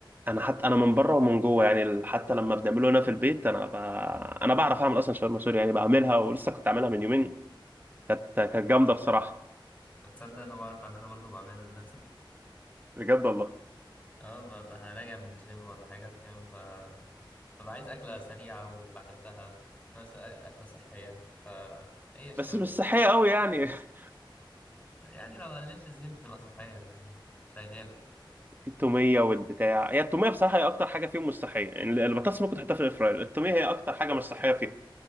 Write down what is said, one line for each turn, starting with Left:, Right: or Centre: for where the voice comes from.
Right: أنا حتى أنا من بره ومن جوه يعني ال- حتى لما بنعمله هنا في البيت أنا ب... أنا بعرف أعمل أصلا شاورما سوري يعني بعملها ولسه كنت عاملها من يومين كانت كانت جامدة بصراحة
Left: فتصدق انا بعرف اعملها برضه بعملها لنفسي
Right: بجد والله
Left: اه ب- ب- راجع من الجيم ولا حاجة فاهم ف ببقى عايز أكلة سريعة وبحبها في نفس الوقت أكلة صحية فهي الشاورما
Right: بس مش صحية أوي يعني <laughs>
Left: يعني لو قللت الزيت بتبقى صحية يعني شغالة
Right: التوميه والبتاع هي التوميه بصراحه هي اكتر حاجه فيهم مش صحيه يعني البطاطس ممكن تحطها في الاير فراير التوميه هي اكتر حاجه مش صحيه فيهم